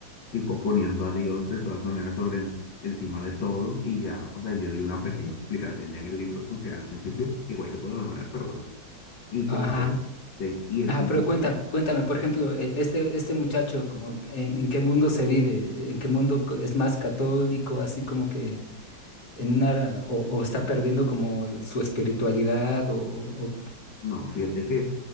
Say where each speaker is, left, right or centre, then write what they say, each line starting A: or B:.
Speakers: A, on the left (about 75°); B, on the left (about 55°).
A: tipo poniendo a Dios de todas maneras sobre en- encima de todo y ya, o sea, yo di una pequeña explicación ya en el libro, como que al principio igual se puede mejorar, pero bueno, y
B: Ajá.
A: como que coexisten. Y el
B: Ah,
A: principio
B: pero cuéntame, cuéntame, por ejemplo, e- este, este muchacho, como en, en qué mundo se vive, en qué mundo co- es más católico, así como que en una o, o está perdiendo como su espiritualidad o, o- o-
A: No, fíjate que